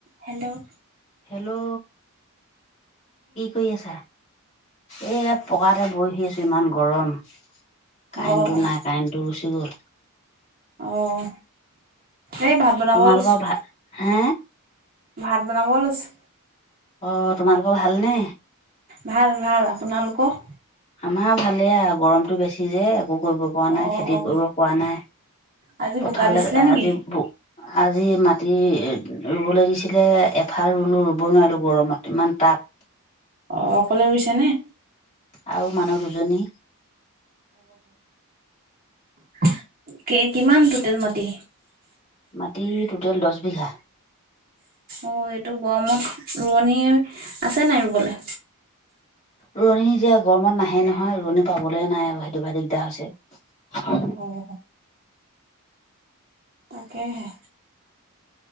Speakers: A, on the right; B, on the left.
A: হেল্ল'
B: হেল্ল', কি কৰি আছা? এইয়া পকাতে বহি আছোঁ, ইমান গৰম! কাৰেণ্টটো
A: অ',
B: নাই, কাৰেণ্ট টো গুচি গ'ল।
A: অ', এই ভাত বনাব
B: তোমালোকৰ
A: লৈছোঁ।
B: ভাল হে
A: ভাত বনাব লৈছোঁ।
B: অ', তোমালোকৰ ভালনে?
A: ভাল, ভাল, আপোনালোকৰ?
B: আমাৰ ভালে আৰু, গৰমটো বেছি যে, একো কৰিব পোৱা
A: অ',
B: নাই, খেতি
A: অ',
B: কৰিব পৰা নাই,
A: আজি
B: পথাৰলৈ
A: বোকা দিছিলে
B: আজি
A: নেকি?
B: আজি মাটি ৰুবলৈ দিছিলে এফাল ৰুলো, ৰুব নোৱাৰিলো গৰমত, ইমান তাপ!
A: অ, অকলে ৰুইছা নে?
B: আৰু মানুহ দুজনী
A: <unintelligible> কিমান টুটেল মাটি?
B: মাটি টোটেল দছ বিঘা।
A: অ', এইটো গৰমত ৰোৱনী আছে নাই ৰুবলৈ?
B: ৰুৱণি এতিয়া গৰমত নাহে নহয় ৰুৱণি পাবলে নাই আৰু সেইটো পৰা দিগদাৰ হৈছে। <inaudible>
A: অঁ। তাকেহে।